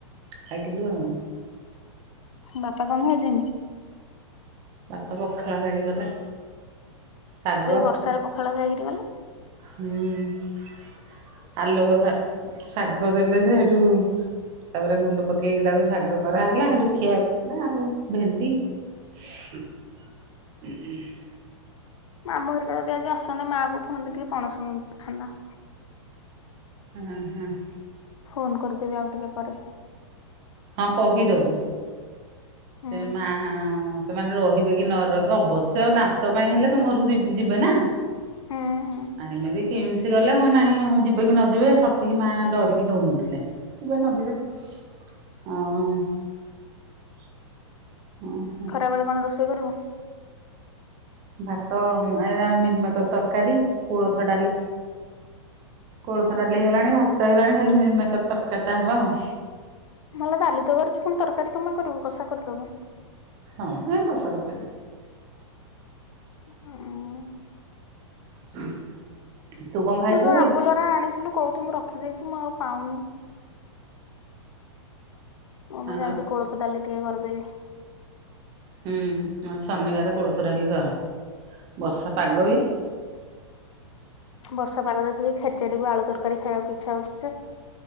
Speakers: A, on the right; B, on the left.
A: ଖାଇଥିଲୁ ଆଉ।
B: ବାପା କଁ ଖାଇଚନ୍ତିି?
A: ବାପା ପଖାଳ ଖାଇକି ଗଲେ। ଶାଗ
B: ସେଇ ବର୍ଷାରେ ପଖାଳ ଖାଇକିରି ଗଲେ?
A: ହୁଁ। ଆଲୋକ <inaudible> ଶାଗ ଦେଲେ ଯେ ସେଇଠୁ ତାପରେ ବୁଟ ପକେଇକି ତାକୁ ଶାଗ କରାହଲା ସେଠୁ ଖିଆଲା ଆଉ ଭେଣ୍ଡି। <inaudible>
B: ଆମ ଘରିକୁ ଯଦି ଆଜି ଆସନ୍ତେ ମା କୁ କୁହନ୍ତି ଟିକେ ପଣସ ମଞ୍ଜୀ ପଠାନ୍ତା। <unintelligible>
A: ହଁ ହଁ। <inaudible>
B: ଫୋନ କରିଦେବି ଆଉ ଟିକେ ପରେ।
A: ହଁ କହିଦବୁ
B: ହୁଁ
A: ସେ ମା ସେମାନେ ରହିବେ କି ନ ରହିବେ ଅବଶ୍ୟ ଦାନ୍ତ ପାଇଁ ହେଲେ ତୁମ ଘରକୁ ଯିବେ ନା।
B: ହୁଁ ହୁଁ।
A: ଏମିତି କିମସି ଗଲେ ହଁ ନାଇଁ ଯିବେ କି ନ ଯିବେ ସଠିକି ମାଆ ଡରିକି ଦଉନଥିଲେ। <unintelligible> ଯିବେ ନ ଯିବେ <unintelligible> ଆଉ
B: ଖରାବେଳେ କଣ ରୋଷେଇ କରିବୁ?
A: ଭାତ ମିଲମିକର ତରକାରୀ କୋଳଥ ଡାଲି। କୋଳଥ ଡାଲି ହେଇଗଲାଣି ଭାତ ହେଇଲାଣି ଖାଲି ମିଲମିକର ତରକାରୀ ଟା ହବ ଆଉ।
B: <inaudible> ଡାଲି ତ କରିଛୁ ପୁଣି ତରକାରୀ କଣ ପାଇଁ କରିବୁ କଷା କରିଦବୁ।
A: ହଁ ମୁଁ ଏ କଷା କରି ଦେବି।
B: <unintelligible>
A: <inaudible> କଣ ଖାଇଛୁ
B: ତୁ ଯୋଉ
A: ସକାଳୁ?
B: ଆମ୍ବୁଲରା ଆଣିଥିଲୁ କୋଉଠି ମୁଁ ରଖିଦେଇଛି ମୁଁ ଆଉ ପାଉନି। ମୁଁ
A: ଆଉ
B: ଯାଉଛି କୋଳଥ ଡାଲି ଟିକେ କରିଦେବି।
A: ହୁଁଁ ଶନିବାର କୋଳଥଡାଲି ହଏ ବର୍ଷା ପାଗ ବି
B: ବର୍ଷା ପାଗ ଦେଖିକି ଖେଚାଡିକୁ ଆଳୁ ତରକାରୀ ଖାଇବାକୁ ଇଚ୍ଛା ହଉଛି ଜେ